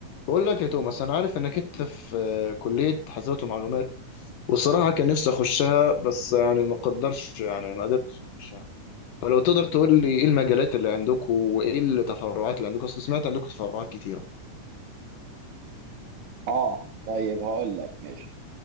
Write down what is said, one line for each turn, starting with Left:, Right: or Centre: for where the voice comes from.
Left: بقول لك يا توماس انا عارف انك انت في آه، كلية حاسبات ومعلومات والصراحة كان نفسي اخشها بس يعني ما قدرش يعني ما قدرتش اخشها فلو تقدر تقول لي ايه المجالات اللي عندكم وايه التفرعات اللي عندكم اصل سمعت عندكم تفرعات كتيرة
Right: اه طيب هقول لك ماشي